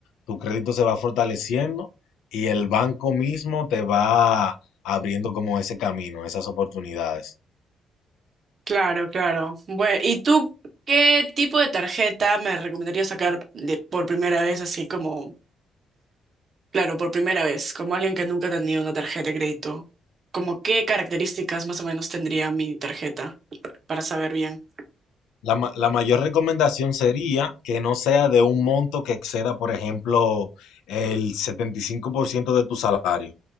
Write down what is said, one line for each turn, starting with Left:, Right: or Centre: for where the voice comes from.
Left: tu crédito se va fortaleciendo y el banco mismo te va abriendo como ese camino, esas oportunidades.
Right: claro, claro. Bueno, ¿y tú qué tipo de tarjeta me recomendarías sacar de, por primera vez, así como Claro, por primera vez, como alguien que nunca ha tenido una tarjeta de crédito, ¿como qué características más o menos tendría mi tarjeta para saber bien?
Left: La, ma- la mayor recomendación sería que no sea de un monto que exceda, por ejemplo, el 75% de tu salario.